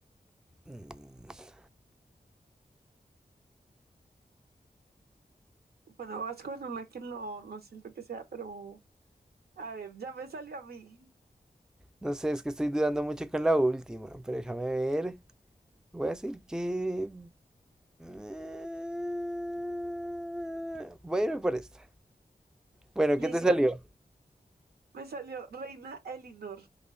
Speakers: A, in the centre; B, on the right (about 80°).
A: Mm,
B: bueno, vas con una que no, no siento que sea, pero a ver, ya me salió a mí.
A: No sé, es que estoy dudando mucho con la última, pero déjame ver. Voy a decir que... eh, Voy a irme por esta. Bueno, ¿qué
B: Listo,
A: te salió?
B: me salió Reina Elinor.